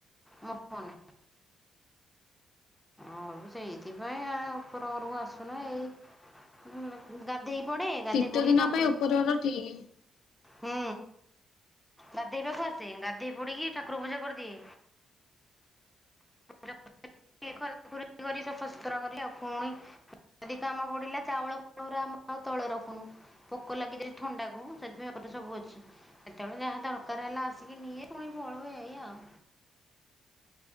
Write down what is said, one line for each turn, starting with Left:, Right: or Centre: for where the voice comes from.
Centre: ମୋ ଫୋନ୍ ରେ। ଆଉ ସେଇଥିପାଇଁ ହେରା ଉପର ଘରକୁ ଆସୁନା ଏଇ ହଁ ଗାଧେଇ ପଡ଼େ ଗାଧେଇ
Left: ଶୀତ
Centre: ପଡ଼ିକି
Left: ଦିନ
Centre: ଠାକୁର
Left: ପାଇଁ ଉପରର ଠିକ
Centre: ହୁଁ ଗାଧୋଇ ବାକୁ ଆସେ ଗାଧୋଇ ପଡ଼ିକି ଠାକୁର ପୂଜା କରିଦିଏ। <unintelligible> ଖରକା ଖରୁକି କରିକି ସଫାସତୁରା କରି ପୁଣି ଯଦି କାମ ପଡ଼ିଲା ଚାଉଳ ଅରା ଆମେ ଆଉ ତଳେ ରଖୁନୁ। ପୋକ ଲାଗି ଯାଇ ଥଣ୍ଡାକୁ ସେଥିପାଇଁ ଓପରେ ସବୁ ଅଛି। କେତେବେଳେ ଯାହା ଦରକାର ହେଲା ଆସିକି ନିଏ ପୁଣି ପଳୁଏ ଏଇଆ ଆଉ।